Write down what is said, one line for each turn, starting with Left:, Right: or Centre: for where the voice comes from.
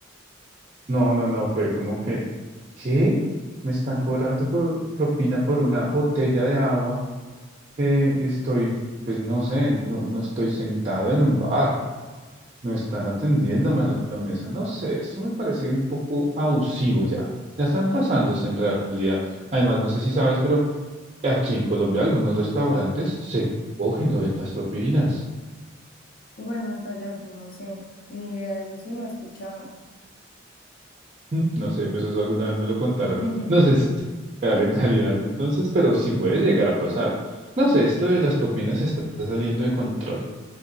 Right: No, no, no, fue como que, ¿qué? Me están cobrando por- propina por una botella de agua que estoy, pues no sé, no, no estoy sentado en un bar, no están atendiéndome a la la mesa, no sé, esto me parece un poco abusivo ya. Ya están pasándose en realidad. Además, no sé si sabes, pero Aquí en Colombia algunos restaurantes se cogen lo de las propinas.
Left: Bueno, hasta allá sí no sé. Ni idea de eso sí no he escuchado.
Right: Mm, No sé, pues eso alguna vez me lo contaron.
Left: <laughs>
Right: No sé si es real en realidad entonces, pero sí puede llegar a pasar. No sé, esto de las propinas está saliendo de control.